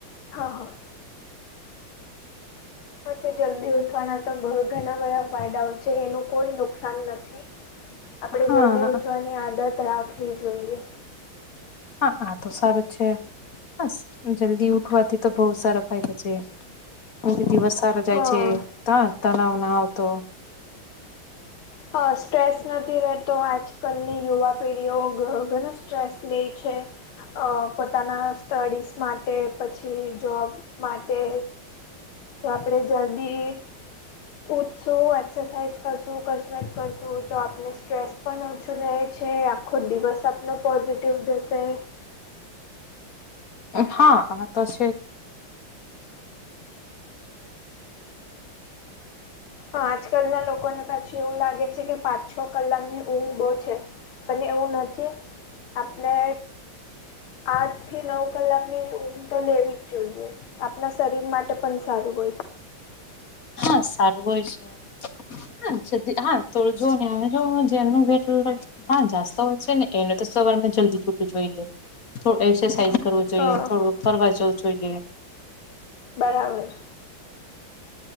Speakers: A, on the left (about 90°); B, on the left (about 45°).
A: હા હા. આ જલ્દી ઉઠવાના તો બઉ ઘણા બધા ફાયદાઓ છે એનું કોઈ નુકસાન નથી. આપણેે
B: હા
A: જલ્દી ઉઠવાની આદત રાખવી જોઈએ.
B: હા આ તો સારું છે હસ જલ્દી ઉઠવાથી તો બહુ સારા ફાયદા છે. કોઈ ભી દિવસ સારો જાય
A: હા.
B: છે ત તણાવ ના આવતો.
A: હ સ્ટ્રેસ નથી રહેતો આજ કલની યુવા પેઢીઓ ઘ. સ્ટ્રેસ લી છે અ પોતાના સ્ટડીઝ માટે પછી જોબ. માટે. તો આપણેે જલ્દી ઊઠશું એક્સરસાઇઝ કરશું કસરત કરશું તો આપને સ્ટ્રેસ પણ ઓછું રહે છે આખો દિવસ આપનો પોઝિટિવ જશે.
B: હા આતો છે જ.
A: હ આજકાલના લોકોને પાછી એવું લાગે છે કે પાંચ છ કલાકની ઊંઘ બહુ છે. પણ એવું નથી આપણે આઠ થી નવ કલાક ની ઊગ તો લેવી જ જોઈએ. આપણા શરીર માટે પણ સારું હોય.
B: હા સારું હોય છે. હા સુધી હા તો જો ને મે જો જેનું ભેટલ હા જાસ્તો હોય છે ને એને તો સવારમાં જલ્દી છૂટું જોઈએ થોડું એક્સરસાઇઝ કરવું જોઈએ
A: હા
B: થોડું ફરવા જવું જોઈએ.
A: બરાબર.